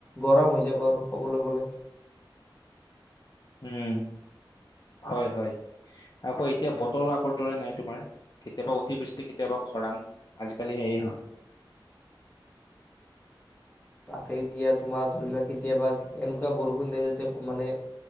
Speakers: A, on the left (about 20°); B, on the left (about 55°).
A: গৰম হৈ যাব। ক'বলৈ গ'লে,
B: উম', -হয় -হয় আকৌ এতিয়া বতৰো আগৰ দৰে নাই, তোমাৰ কেতিয়াবা অতিবৃষ্টি কেতিয়াবা খৰাং আজিকালি সেয়ে হল
A: তাকেই দিয়া তোমাৰ ধৰি লোৱা কেতিয়াবা এনেকুৱা বৰষুণ দিয়ে যাতে মানে-